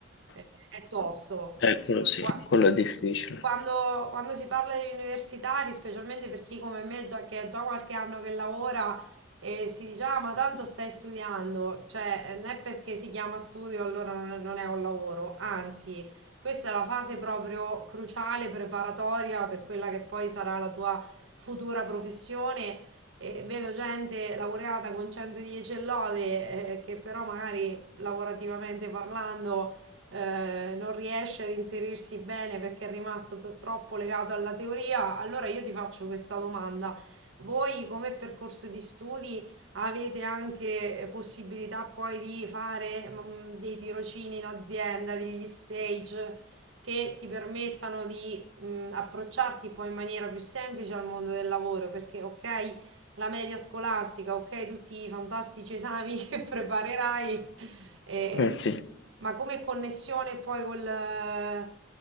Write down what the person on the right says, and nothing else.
eh, è tosto.
Eh,
qua-
quando, quando si parla di universitari, specialmente per chi come me già, che ha già qualche anno che lavora e si dice, ah, ma tanto stai studiando, cioè eh, non è perché si chiama studio allora non è, non è un lavoro, anzi, questa è la fase proprio cruciale, preparatoria per quella che poi sarà la tua futura professione. E vedo gente laureata con 110 e lode, eh, che però magari lavorativamente parlando eh, non riesce ad inserirsi bene perché è rimasto t- troppo legato alla teoria, allora io ti faccio questa domanda. Voi come percorso di studi avete anche eh, possibilità poi di fare mm, dei tirocini in azienda, degli stage che ti permettano di mm, approcciarti poi in maniera più semplice al mondo del lavoro, perché ok, la media scolastica, ok, tutti i fantastici esami <laughs> che preparerai, e-
ma come connessione poi col, eh,